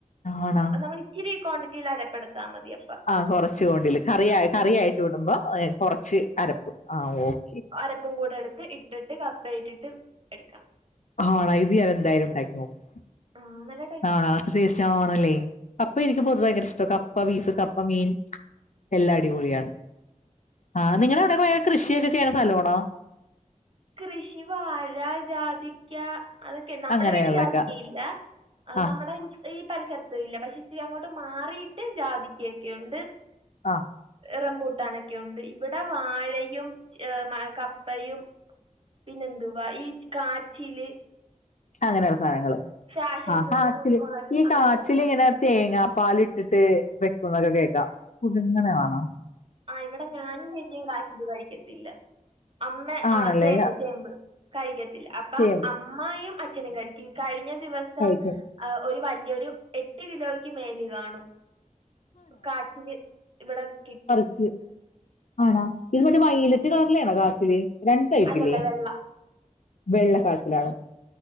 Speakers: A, on the left (about 65°); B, on the right (about 45°).
A: ആണോ
B: അത് നമ്മൾ ഇച്ചിരി ക്വാണ്ടിറ്റിയിൽ അരപ്പെടുത്താൽ മതി അപ്പ
A: ആഹ് കൊറച്ച് കൊണ്ടില്ല് കറിയായി കറിയായിട്ട് വിടുമ്പോ ഏഹ് കൊറച്ച് അരപ്പ് ആഹ് ഓക്കെ
B: അരപ്പും കൂടെ എടുത്ത് ഇട്ടിട്ട് കപ്പയിട്ടിട്ട് എടുക്കണം
A: ആണാ ഇത് ഞാൻ എന്തായാലും ഉണ്ടാക്കി നോക്കും
B: ആ നല്ല ടേസ്റ്റ്
A: ആണോ അത്ര ടേസ്റ്റ് ആണല്ലേ കപ്പ എനിക്ക് പൊതു ഭയങ്കര ഇഷ്ട കപ്പ ബീഫ് കപ്പ മീൻ എല്ലാം അടിപൊളിയാണ് ആഹ് നിങ്ങളെ അവിടെ പോയാ കൃഷിയൊക്കെ ചെയ്യ്ണ സ്ഥലാണോ
B: കൃഷി വാഴ ജാതിക്ക അതൊക്കെ നമ്മുടെ
A: അങ്ങനെയുള്ളൊക്കെ
B: വീട്ടിൽ ജാതിക്കയില്ല അത്
A: ആ
B: നമ്മടെ ഈ പരിസര്ത്ത്ല്ല, പക്ഷെ ഇച്ചിരി അങ്ങോട്ട് മാറിയിട്ട് ജാതിക്കൊക്കെയ്ണ്ട്.
A: ആഹ്
B: റംപൂട്ടാനൊക്കെയുണ്ട് ഇവിടെ വാഴയും കപ്പയും. പിന്നെന്തുവാ ഈ കാച്ചില്.
A: അങ്ങനുള്ള സാനങ്ങള്.
B: ഫാഷൻ
A: ആഹ്
B: ഫ്രൂട്ട്
A: കാച്ചില്
B: കുരുമുളക്
A: ഈ
B: അങ്ങനത്തെ
A: കാച്ചിലിങ്ങനെ
B: സാധനങ്ങളൊക്കെ
A: തേങ്ങാ പാലിട്ടിട്ട്. വെക്കുന്നൊക്കെ കേൾക്കാം, പുതിങ്ങനാണൊ.
B: ആഹ് ഇവിടെ ഞാനും ചേച്ചിം കാചില് കഴിക്കത്തില്ല. അമ്മെ
A: ആണല്ലേ
B: ആഹ് ചേമ്പ് ചേമ്പ് കഴിക്കത്തില്ല അപ്പ
A: ചേമ്പ്
B: അം മ്മായും അച്ഛനും കഴിക്കും കഴിഞ്ഞ ദിവസം.
A: കഴിക്കും
B: ആഹ്, ഒരു വല്യൊരു എട്ട് കിലോയ്ക്ക് മേല്കാണും. കാച്ചില് ഇവിടെ കി
A: ച്ച് ആണോ ഇത് മറ്റേ വൈലറ്റ് കളറിലെ ആണോ കാച്ചില്? രണ്ട് ടൈപ്പില്ലേ
B: അല്ലല്ല വെള്ള
A: വെള്ളക്കാചിലാണ്.